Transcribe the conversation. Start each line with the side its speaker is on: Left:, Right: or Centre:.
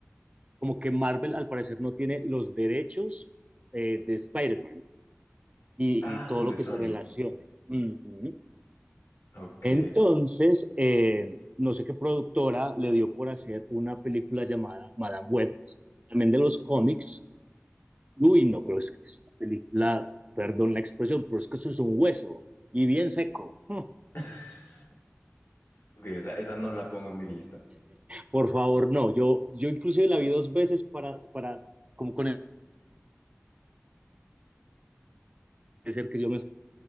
Right: como que Marvel al parecer no tiene los derechos eh, de Spider-Man y,
Left: Ah,
Right: y todo
Left: son de
Right: lo
Left: Sony.
Right: que se relacione. Ujú.
Left: Ok.
Right: Entonces, eh, no sé qué productora le dio por hacer una película llamada Madame Web, pues, también de los cómics Uy, no, pero es que es una película, perdón la expresión, pero es que eso es un hueso y bien seco. Hmm.
Left: <laughs> Ok, o sea, esa no la pongo en mi lista.
Right: Por favor, no. Yo, yo inclusive la vi dos veces para, para como con el ser que yo me suelo